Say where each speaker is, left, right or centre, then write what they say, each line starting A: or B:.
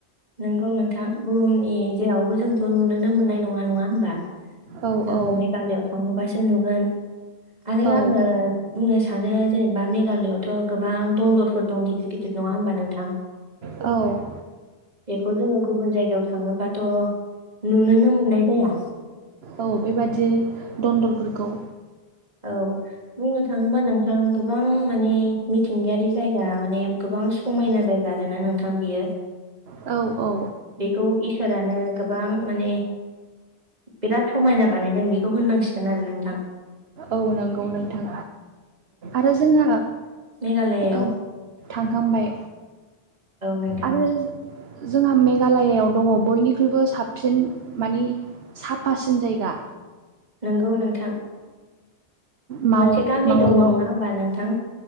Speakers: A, on the right; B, on the right.
A: नोंगौ नोंथां बुहुमनि जेरावबो जोंथ' नुुनोनो मोननाय नङा नङा होमबा?
B: औ
A: जोङो
B: औ
A: मेघालआव थाङोबासो नुगोन। आरो
B: औ
A: आङो बुंनो सानो जेनेबा मेघालयआवथ' गोबां दनदरफोर दं गिदिर गिदिर नङा होमबा नोंथां?
B: औ
A: बेखौ जोङो गुबुन जायगायाव थाङोबाथ' नुनोनो मोननाय जाया।
B: औ बेबादि दनदरफोरखौ
A: औ बुंनो थाङोबा नोंथां गोबां माने मिथिंगायारि जायगा माने गोबां समायना जायगा आरोना नोंथां बियो
B: औ औ
A: बेखौ इसोरानो गोबां माने बिराद समायना बानायदों बेखौ होननांसिगोन आरो नोंथां।
B: औ नंगौ नोंथां आरो जोंहा
A: मेघालयाव
B: औ थांखांबाय
A: नोंथां
B: आरो जोंहा मेघालयाव दंङो बयनिख्रुइबो साबसिन माने साफासिन जायगा।
A: नोंगौ नोंथां
B: माव
A: मोनसे गामि
B: मावलं
A: दङ नङा होमबा नोंथां